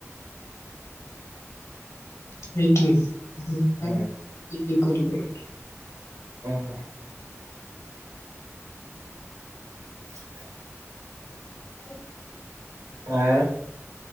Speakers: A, on the left; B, on the right.
A: সেইটোয়ে। <unintelligible>
B: অ
A: কৰিব লাগে
B: উম <inaudible>
A: হ <inaudible>
B: আহ